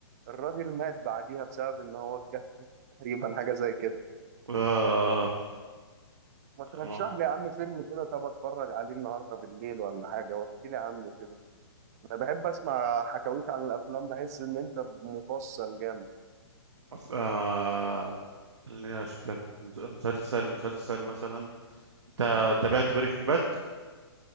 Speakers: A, on the right; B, on the right.
A: الراجل مات بعديها بسبب ان هو اتجه تقريبا <laughs> حاجه زي كده
B: آه،
A: ما ترشح
B: آه،
A: لي يا عم فيلم كده طب اتفرج عليه النهارده بالليل ولا حاجه واحكي لي عنه كده انا بحب اسمع حكاويك عن الافلام بحس ان انت مفصل جامد
B: آه، خليني اشوف لك مس- مسلسل مسلسل مثلا انت تابعت بريكنج باد